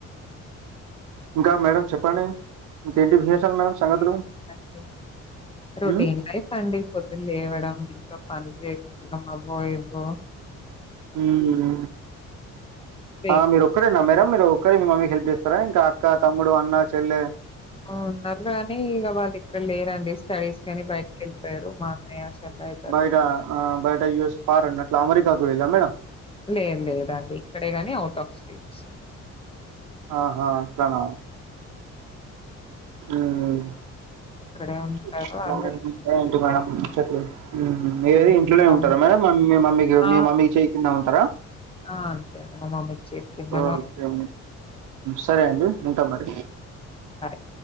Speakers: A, on the right; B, on the left.
A: ఇంకా మేడం చెప్పండి ఇంకేంటి విశేషాలు మేడం సంగతులు
B: ఏముందండి, రొటీన్
A: మ్మ్
B: లైఫ్ అండి పొద్దున లేవడం ఇంట్లో పని చేసుకోవడం అబోయి ఓ
A: ఉం
B: హెల్ప్
A: ఆ మీరు ఒక్కరేనా మేడమ్ మీరు <unintelligible> మీ మమ్మీకి హెల్ప్ చేస్తారా ఇంకా అక్క తమ్ముడు అన్న చెల్లె
B: అ ఉన్నారు లేగని ఇగ వాళ్లకు ఇక్కడ లేరండి స్టడీస్ కని బయటికి వెళ్ళిపోయారు మా అన్నయ్య చెల్ల అయితారు
A: బయట ఆ బయట యూస్ ఫార్ అన్నట్లు అమెరికాకు వెల్లం మేడం
B: లేదు లేదు లేదండి ఇక్కడే గానీ అవుట్ ఆఫ్ స్టేట్స్
A: ఆహా అట్లన హుమ్
B: ఇక్కడే ఉంటారు
A: ఇక
B: వాళ్ళు
A: ఏంటి మేడమ్ ముచ్చట్లు మీరయ్యి
B: ఇంకా
A: ఇంట్లోనే ఉంటారా మేడంమ్ మమ్మీకి
B: ఆ
A: మీ మమ్మీకి చెయి కింద ఉంటారా
B: ఆ! అంతే అండి మా మమ్మీకి చేతి కిందలో
A: ఓకే సరే అండి ఉంటాం మరి
B: హాయ్